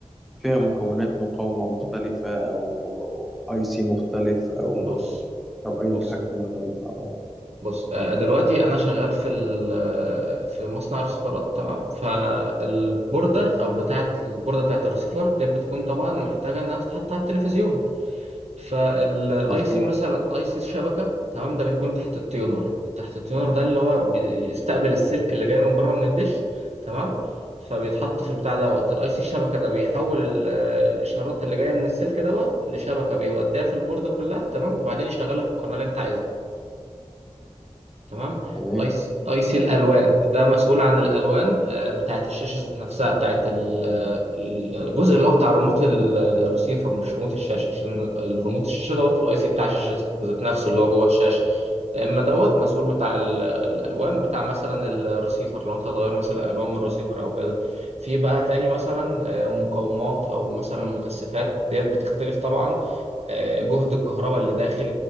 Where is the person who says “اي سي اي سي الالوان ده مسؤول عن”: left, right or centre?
Right